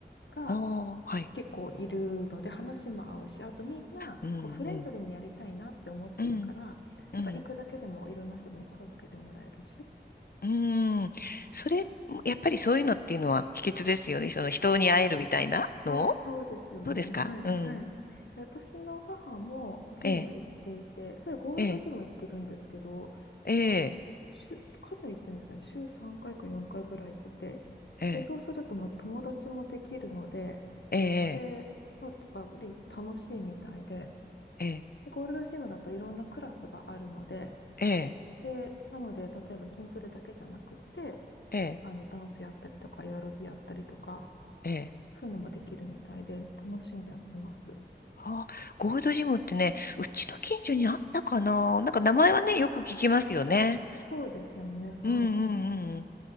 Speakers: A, on the left (about 80°); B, on the left (about 55°).
A: が
B: おー、はい、
A: 結構いるので、話も合うし、あとみんなこうフレンドリーにやりたいなって思ってるから、
B: うん、うん、うん、うん、
A: だから行くだけでもいろんな人に声かけてもらえるし、
B: うん、それ、やっぱりそういうのっていうのは秘訣ですよね、その人に会えるみたいなの
A: あ、そうですよね。
B: どうですかうん、
A: はい、はい。私の母もジム行っていて、
B: ええ、
A: それゴールドジム行ってるんですけど、
B: ええ、ええ、
A: 週、かなり行ってるんですね。週3回か4回ぐらい行ってて。
B: ええ、
A: で、そうすると、まあ、友達もできるので、
B: ええ、
A: で、まあ、やっぱり楽しいみたいで、
B: ええ、
A: で、ゴールドジムだといろんなクラスがあるので、
B: ええ、
A: で、なので、例えば筋トレだけじゃなくって、
B: ええ、
A: あの、ダンスやったりとか、エアロビやったりとか、
B: ええ
A: そういうのもできるみたいで、楽しんでやってます。
B: あ、ゴールドジムってね、うちの近所にあったかななんか名前はね、よく聞きますよね。
A: そうですよね。はい。
B: うんうんうん。